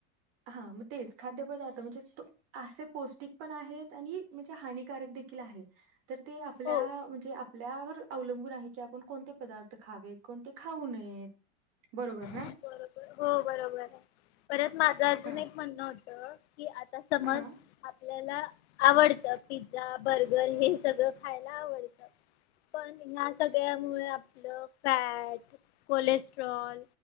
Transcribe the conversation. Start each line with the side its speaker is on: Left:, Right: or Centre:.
Right: हा मग तेच खाद्यपदार्थ म्हणजे त असे पोस्ट तिक पण आहेत आणि म्हणजे हानिकारक देखील आहेत. तर ते आपल्या
Left: हो
Right: म्हणजे आप आपल्यावर अवलंबून आहे की आपण कोणते पदार्थ खावेत कोणते खाऊ नयेत बरोबर ना
Left: बरोबर हो बरोबर परत माझं अजून
Right: हा
Left: एक म्हणणं होतं कि आता समज
Right: हा
Left: आपल्याला आवडत पिझ्झा बर्गर हे सगळं खायला आवडत पण ह्या सगळ्यामुळे आपलं फॅट कोलेस्ट्रॉल